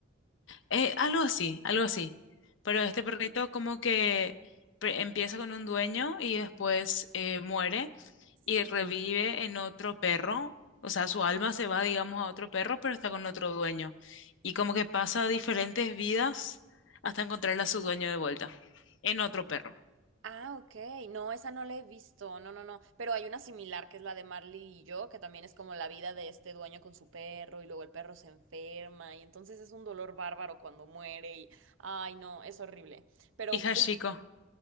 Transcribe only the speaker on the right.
Sí.
Ah, ok. No, esa no la he visto. No, no, no. Pero hay una similar que es la de Marley y yo, que también es como la vida de este dueño con su perro y luego el perro se enferma y entonces es un dolor bárbaro cuando muere y, ay, no, es horrible. Pero
pues,